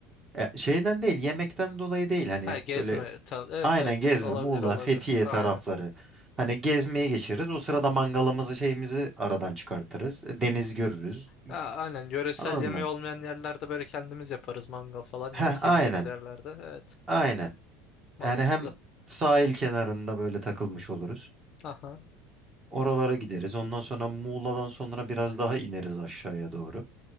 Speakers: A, on the right; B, on the left.
A: E, şeyden değil, yemekten dolayı değil. Hani
B: Ha gezme.
A: böyle
B: Ta- evet
A: aynen
B: evet.
A: gezme
B: Olabilir
A: Muğla,
B: olabilir.
A: Fethiye
B: Aynen.
A: tarafları. Hani gezmeye geçeriz. O sırada mangalımızı
B: Hı-hı.
A: şeyimizi aradan çıkartırız. E, Deniz görürüz.
B: Ha, aynen. Yöresel
A: Anladın
B: yemeği
A: mı?
B: olmayan yerlerde böyle kendimiz yaparız. Mangal falan
A: Heh,
B: yemek
A: aynen.
B: yemeyeceğimiz yerlerde. Evet.
A: Aynen.
B: Mantıklı.
A: Yani hem sahil kenarında böyle takılmış oluruz.
B: Aha.
A: Oralara gideriz. Ondan sonra Muğla'dan sonra biraz daha ineriz aşağıya doğru.